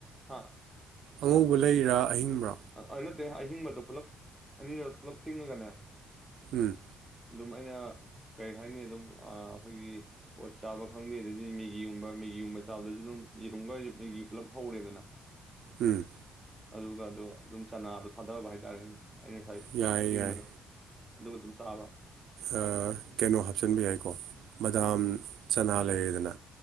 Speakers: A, in the centre; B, on the right.
A: ꯍꯥ
B: ꯑꯉꯧꯕ ꯂꯩꯔꯥ ꯑꯍꯤꯡꯕ꯭ꯔꯥ
A: ꯑ ꯑꯥ ꯅꯠꯇꯦ ꯑꯍꯤꯡꯕꯗꯨꯣ ꯄꯨꯂꯞ ꯑꯅꯤꯔ ꯄꯨꯂꯞ ꯇꯤꯡꯉꯒꯅꯦ
B: ꯎꯝ
A: ꯑꯗꯨꯝ ꯑꯩꯅ ꯀꯔꯤ ꯍꯥꯏꯅꯤ ꯑꯗꯨꯝ ꯑꯥ ꯑꯩꯈꯣꯏꯒꯤ ꯑꯣꯗ ꯆꯥꯕ ꯈꯪꯗꯦ ꯑꯗꯨꯗꯤ ꯃꯦꯒꯤꯒꯨꯝꯕ ꯃꯦꯒꯤꯒꯨꯝꯕ ꯆꯥꯕꯗꯁꯨ ꯑꯗꯨꯝ ꯌꯦꯔꯨꯝꯒ ꯃꯦꯒꯤ ꯄꯨꯂꯞ ꯍꯧꯔꯦꯗꯅ <inaudible>
B: ꯎꯝ
A: ꯑꯗꯨꯒꯗꯣ ꯑꯗꯨꯝ ꯆꯅꯥꯗꯣ ꯊꯥꯗꯕ ꯍꯥꯏꯇꯥꯔꯦꯅꯦ ꯑꯩ ꯉꯁꯥꯏ
B: ꯌꯥꯏ
A: ꯇꯤꯡꯕꯗꯣ
B: ꯌꯥꯏ
A: ꯑꯗꯨꯒ ꯑꯗꯨꯝ ꯆꯥꯕ
B: ꯑ ꯀꯩꯅꯣ ꯍꯥꯞꯆꯤꯟꯕ ꯌꯥꯏꯀꯣ ꯕꯗꯥꯝ ꯆꯅꯥ ꯂꯩꯔꯦꯗꯅ